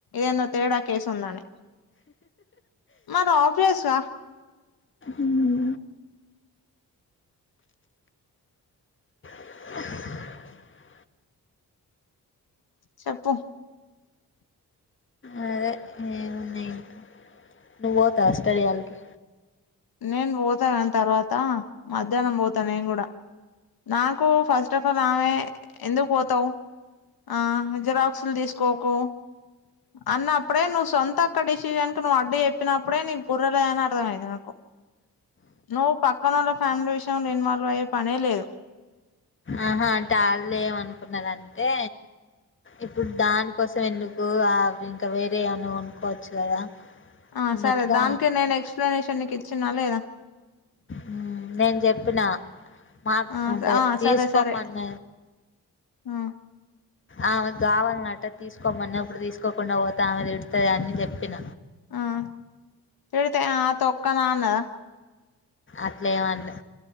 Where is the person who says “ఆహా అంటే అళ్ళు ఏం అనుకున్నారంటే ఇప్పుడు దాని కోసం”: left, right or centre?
Left